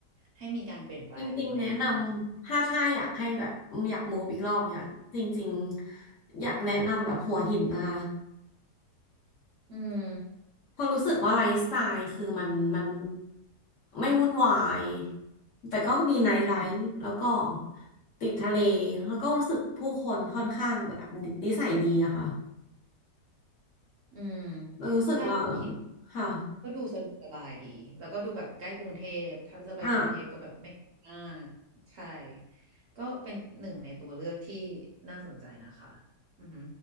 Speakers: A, on the right (about 55°); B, on the left (about 50°).
A: ให้มีการเปลี่ยนแปลงอะไรอย่างงี้มาก
B: จริงๆแนะนำถ้าถ้าอยากให้แบบอยากมูฟอีกรอบเนี่ยจริงๆอยากแนะนำแบบหัวหินนะคะ
A: อืม
B: เพอราะรู้สึกว่าไลฟ์สไตล์คือมันมันไม่วุ่นวายแต่ก็มีไนท์ไลฟ์แล้วก็
A: อือหือ
B: ติดทะเลแล้วก็รู้สึกผู้คนค่อนข้างแบบนิสัยดีอะค่ะ
A: อืม
B: เรารู้สึกว่า
A: ใช่หัวหิน
B: ค่ะ
A: ก็ดูสะดวกสบายดี แล้วก็ดูแบบใกล้กรุงเทพ ถ้าจะไปกรุงเทพก็แบบไม่มากใช่
B: อ่ะ
A: ก็เป็นหนึ่งในตัวเลือกที่น่าสนใจนะคะอือฮึ